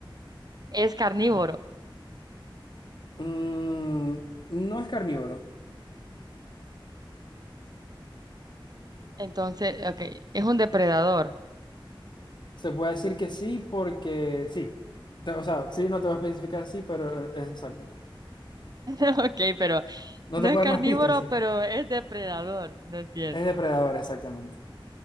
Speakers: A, on the right (about 50°); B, on the left (about 60°).
A: Es carnívoro,
B: Mm, no es carnívoro.
A: entonces, ok, es un depredador.
B: Se puede decir que sí porque sí. Te- O sea, sí, no te voy a especificar sí, pero eh, exacto.
A: <laughs> Ok, pero
B: No
A: no
B: te
A: es
B: puedo dar
A: carnívoro,
B: más pistas, sí.
A: pero es depredador, no entiendo.
B: Es depredador, exactamente.